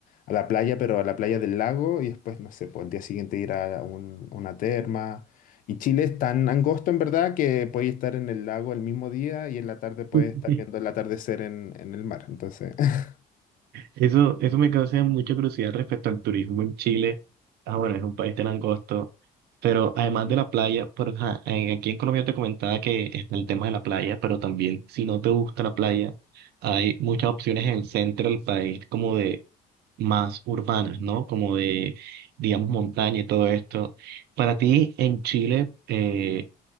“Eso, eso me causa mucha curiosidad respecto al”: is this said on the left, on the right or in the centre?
Right